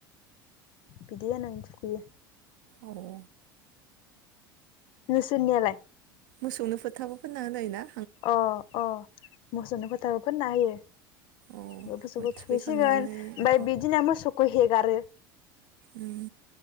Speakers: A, on the left; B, on the right.
A: बिदि होनानै थुखैयो।
B: आरो
A: नोंसोरनियालाय?
B: मोसौनो फोथाबो फोनना होनाय ना?
A: अ अ मोसौनो फोथाबो फोनना होयो
B: ओमफ्राय
A: बे मोसौखौ
B: थुखैखांनानै
A: थुहैसिगोन ओमफ्राय
B: अ
A: बिदिना मोसौखौ हेगारो।
B: उम